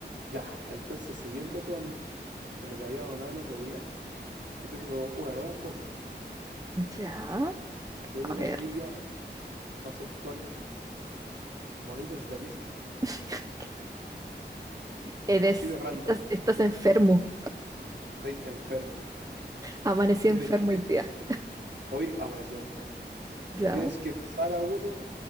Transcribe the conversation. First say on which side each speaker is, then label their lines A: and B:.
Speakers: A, on the right; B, on the right.
A: Ya, entonces siguiendo con, con lo que habíamos hablado el otro día, yo tengo una nueva encuesta,
B: Ya,
A: pero
B: a
A: la
B: ver.
A: trivia va a ser con monitos de Disney.
B: <laughs> Eres,
A: Así de random.
B: estás, estás enfermo.
A: Estoy enfermo.
B: Amanecí
A: Tienes
B: enfermo
A: que, <laughs>
B: hoy día.
A: hoy amanecí enfermo.
B: Ya.
A: Tienes que besar a uno,